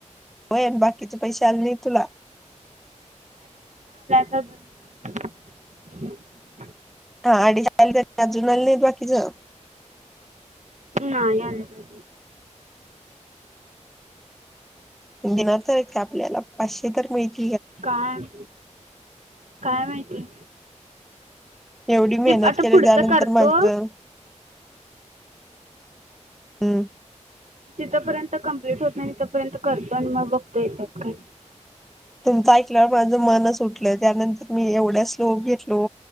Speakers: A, in the centre; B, on the right.
A: होय, बाकीचे पैसे आले नाहीत तुला.
B: हबन <unintelligible>
A: हा अडीचशे आले, त्यातले अजून आले नाही बाकीचं?
B: नाही आलेलं.
A: देणारं तर आहेत का आपल्याला? पाचशे तर मिळतील.
B: काय? काय माहिती?
A: एवढी मेहनत
B: ते आता
A: केली,
B: पुढचं
A: त्यानंतर
B: करतो
A: माझं हम्म.
B: जिथं पर्यंत कमप्लीट होत नाही, तिथं पर्यंत करतोय. आणि मग बघतो येतात काय?
A: तुमचं ऐकल्यावर, माझं मनंच उठलं. त्यानंतर मी एवढ्या स्लोप घेतलो.